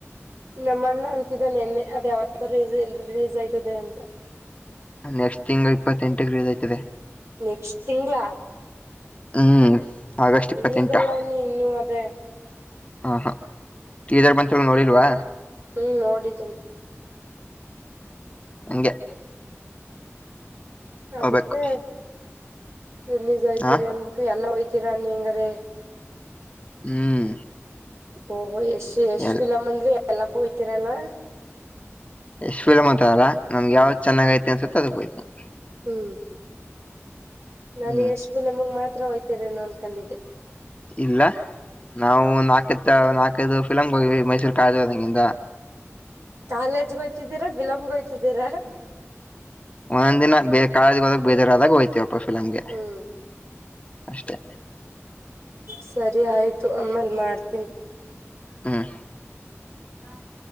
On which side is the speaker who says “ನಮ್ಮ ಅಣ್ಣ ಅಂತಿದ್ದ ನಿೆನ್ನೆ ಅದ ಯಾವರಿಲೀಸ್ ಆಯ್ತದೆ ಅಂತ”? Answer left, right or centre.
Right